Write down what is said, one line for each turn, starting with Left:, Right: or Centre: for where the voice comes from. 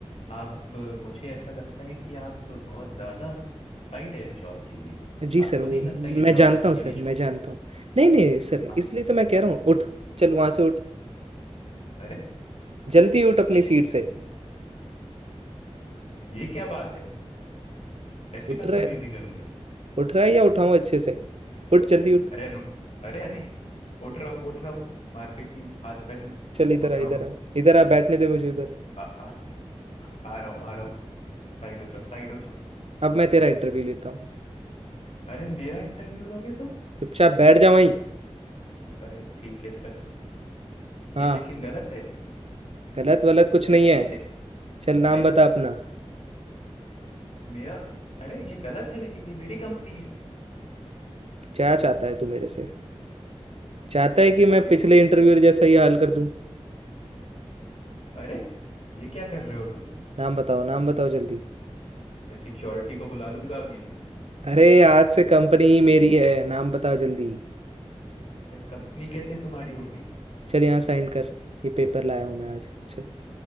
Left: आप मुझे ऐसा लगता है कि आप बहुत ज़्यादा क्वालिफाइड है इस जॉब के लिए
Right: जी
Left: आपको
Right: सर वो
Left: नहीं लगता ये
Right: मैं
Left: जॉब
Right: जानता
Left: आपके
Right: हूँ सर
Left: लिए छोटी
Right: मैं जानता हूँ नहीं नहीं सर
Left: आप
Right: इसलिए तो मैं कह रहा हूँ उठ चल वहां से उठ
Left: अरे
Right: जल्दी उठ अपनी
Left: <laughs>
Right: सीट से
Left: ये क्या बात है ऐसी
Right: उठ
Left: बदतमीजी
Right: रहा है
Left: करोगे तो?
Right: उठ रहा है या उठाऊं अच्छे से उठ जल्दी उठ
Left: अरे रुक अरे अरे उठ रहा हूँ उठ रहा हूँ मारपीट नहीं हाथ पैर नहीं
Right: चल इधर
Left: उठ रहा
Right: आ इधर
Left: हूँ
Right: आ इधर आ बैठने दे मुझे उधर
Left: आ, आ, आ रहा हूँ आ रहा हूँ साइड हो जाओ साइड हो जाओ
Right: अब मैं तेरा इंटरव्यू लेता हूँ
Left: अरे मेरा इंटरव्यू लोगे तुम
Right: चुपचाप बैठ जा वहीं
Left: अरे ठीक है सर
Right: हाँ
Left: ये लेकिन गलत है
Right: गलत वलत कुछ
Left: ऐसा
Right: नहीं है
Left: कैसे
Right: चल
Left: अरे
Right: नाम बता अपना
Left: मेरा अरे ये गलत है लेकिन ये मेरी कंपनी है
Right: क्या चाहता है तू मेरे से चाहता है कि
Left: अभी
Right: मैं पिछले इंटरव्यू जैसा ही हाल कर दूं
Left: अरे ये क्या कर रहे हो तुम
Right: नाम बताओ नाम बताओ जल्दी
Left: मैं सिक्योरिटी को बुला लूंगा अभी
Right: अरे आज से कंपनी ही मेरी है नाम बताओ जल्दी
Left: अरे कंपनी कैसे तुम्हारी हो गई
Right: चल यहाँ साइन कर ये पेपर लाया हूँ मैं आज चल